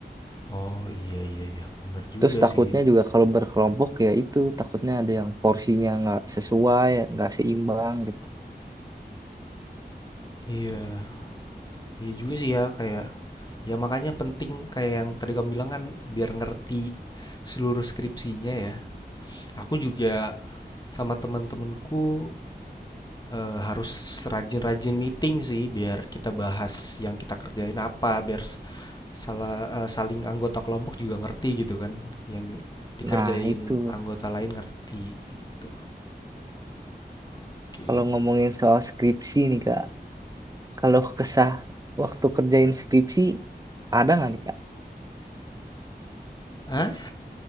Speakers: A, on the left; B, on the right.
A: Oh, iya iya iya, bener juga
B: Terus takutnya
A: sih ya.
B: juga kalau berkelompok ya itu takutnya ada yang porsinya nggak sesuai, nggak seimbang gitu.
A: Iya, iya juga sih ya kayak ya makanya penting kayak yang tadi kamu bilang kan biar ngerti seluruh skripsinya ya. Aku juga sama teman-temanku, eee, harus rajin-rajin meeting sih biar kita bahas yang kita kerjain apa, biar Sala eee, saling anggota kelompok juga ngerti gitu kan, yang dikerjain
B: Nah itu
A: anggota lain ngerti gitu, oke.
B: kalau ngomongin soal skripsi nih Kak, kalau kesah waktu kerjain skripsi ada nggak nih Kak?
A: Hah?